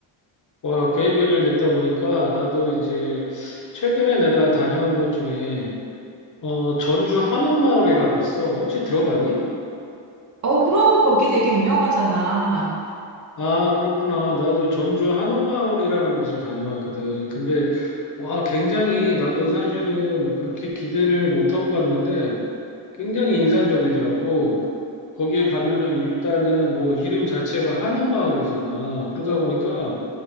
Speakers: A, on the left (about 40°); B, on the right (about 40°).
A: 와, 그 얘기를 듣다 보니까, 나도 이제, 최근에 내가 다녀온 곳 중에, 어, 전주 한옥마을이라고 있어. 혹시 들어봤니?
B: 어, 그럼 거기 되게 유명하잖아.
A: 아, 그렇구나. 나도 전주 한옥마을이라는 곳을 다녀왔거든. 근데, 와, 굉장히, 나도 사실은 그렇게 기대를 못하고 갔는데, 굉장히 인상적이더라고. 거기에 가면은 일단은 뭐 이름 자체가 한옥마을이잖아. 그러다 보니까,